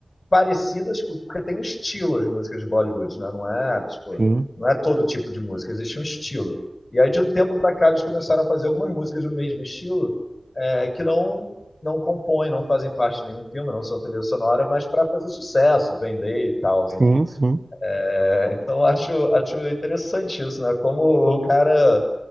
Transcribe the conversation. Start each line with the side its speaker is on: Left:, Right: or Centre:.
Left: parecidas, com- porque tem um estilo as músicas de Bollywood, né? Não é, tipo,
Right: Sim,
Left: não é todo tipo de música, existe um estilo. E aí, de um tempo para cá, eles começaram a fazer algumas músicas do mesmo estilo, é, que não não compõem, não fazem parte de nenhum filme, não são trilha sonora, mas para fazer sucesso, vender e tal, né?
Right: sim, sim.
Left: É, então, acho, acho interessante isso, né? Como o cara